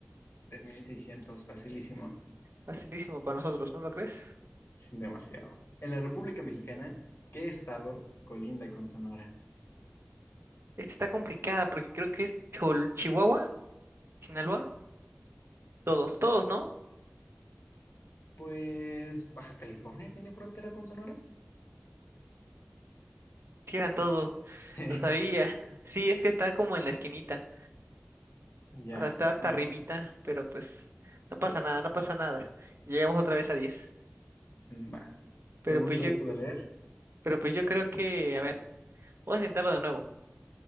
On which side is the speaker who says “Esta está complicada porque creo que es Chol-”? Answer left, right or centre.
Right